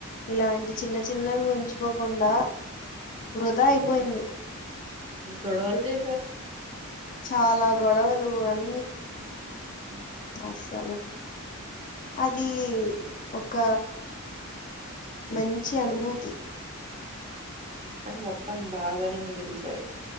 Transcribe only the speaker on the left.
ఇలాంటి చిన్న చిన్నవి ఉంచుకోకుండ వృధా అయిపోయింది
చాల గొడవలు అని
అస్సలు అదీ ఒక మంచి అనుభూతి